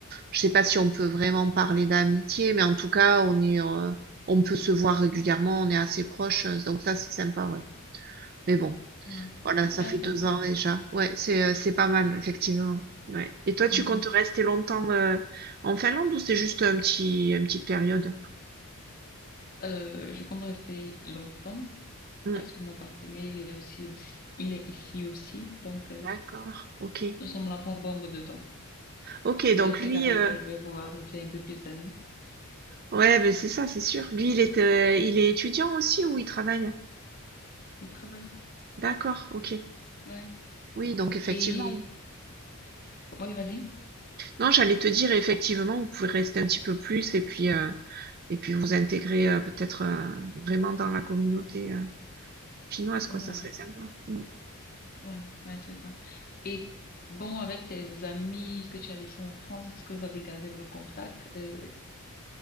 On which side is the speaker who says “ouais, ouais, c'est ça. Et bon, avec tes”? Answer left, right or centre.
Left